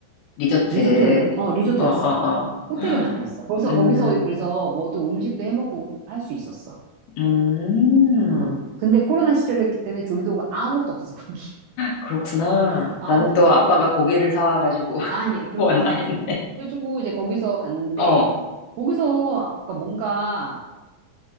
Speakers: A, on the left; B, on the right.
A: 리조트.
B: 리조트, 어, 리조트였어.
A: 어, 어, 어.
B: 호텔은
A: <gasps>
B: 아니었어. 거기서,
A: 음,
B: 거기서, 그래서 모두 음식도 해먹고 할 수 있었어.
A: 음.
B: 응. 근데 코로나 시절이었기 때문에 조리도가 아무것도 없었어, 거기.
A: 그렇구나.
B: <laughs> 아무것도
A: 나는 또
B: 없었고.
A: 아빠가 고기를 사와가지고 <laughs>
B: 아니요, 그런
A: 구웠나
B: 거 안
A: 했네.
B: 했어. 그래가지고 이제 거기서 갔는데,
A: 어,
B: 거기서, 그러니까 뭔가,